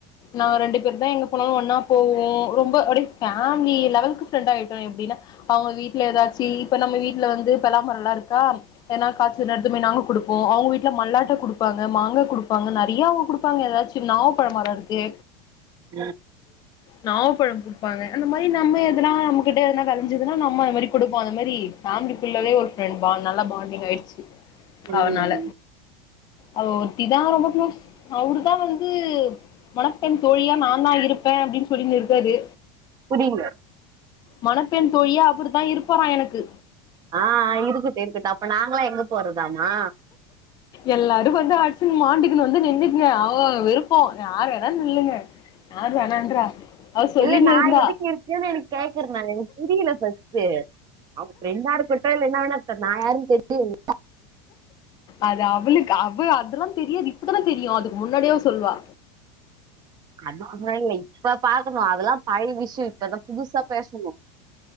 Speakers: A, on the left; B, on the right.
A: நாங்க ரெண்டு பேர்தா எங்க போனாலு ஒன்னா போவோ ரொம்ப அப்டி பேமிலி லெவலுகு ஃப்ரண்ட் ஆயிட்டோ எப்டினா அவுங்க வீட்ல எதாச்சி இப்ப நம்ம வீட்ல வந்து பெலாமரல்லா இருக்கா எதுனா காய்சனா எடுத்துபோய் நாங்க குடுப்போ அவுங்க வீட்ல மல்லாட்ட குடுப்பாங்க மாங்கா குடுப்பாங்க நெறய அவுங்க குடுப்பாங்க எதாச்சு நாவப்பழ மர இருக்கு
B: ம்
A: நாவ் ப்பழம் குடுப்பாங்க அந்த மாரி நம்ம எதனா நம்மகிட்ட எதனா வெலஞ்சுதுன்னா நம்ம அது மாரி குடுப்போ அது மேரி ஃபேமிலிக்குள்ளவே ஒரு ஃப்ரெண்ட் பா நல்லா பாண்டிங் ஆயிடுச்சு
B: ம்
A: அவனால அவ ஒருத்திதா ரொம்ப க்ளோஸ் அவருதா வந்து மணப்பெண் தோழியா நாந்தா இருப்பே அப்டின் சொல்லி இருக்காரு
B: புரில்ல
A: மணப்பெண் தோழியா அவர்தா இருப்பாறா எனக்கு
B: ஆ ஆ இருக்கட்டு இருக்கட்டு அப்ப நாங்ளா எங்க போறதாமா
A: எல்லாரு வந்து அடிச்சுனு மாண்டிக்குனு வந்து நின்னுக்ங்க அவ அவ விருப்போ யாரு வேணா நில்லுங்க யாரு வேணான்றா அவ சொல்லினு
B: இல்ல நா
A: இருந்தா
B: <unintelligible> எனக்கு கேக்றே நானு எனக்கு புரியல ஃபஸ்ட்டு அவுங்க ஃபிரண்டா இருக்கட்டு இல்ல என்ன வேணா இருக்கட்டு நா யாருனு தெரிய <unintelligible>
A: அது அவுளுக்கு அவ அதெல்லா தெரியாது இப்பதானே தெரியு அதுக்கு முன்னாடியே அவ சொல்வா
B: அதுக்கு முன்ன இல்ல இப்ப பாக்கணு அதெல்லா பழய விஷ்யோ இப்பதா புதுசா பேசணு